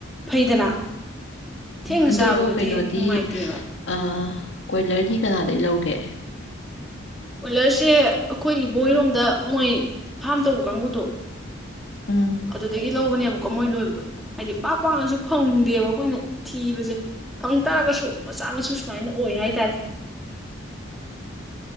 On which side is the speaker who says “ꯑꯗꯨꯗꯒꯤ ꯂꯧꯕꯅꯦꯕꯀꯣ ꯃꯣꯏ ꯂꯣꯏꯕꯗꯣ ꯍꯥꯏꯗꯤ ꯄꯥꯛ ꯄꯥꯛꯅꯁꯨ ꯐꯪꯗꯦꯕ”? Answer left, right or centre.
Centre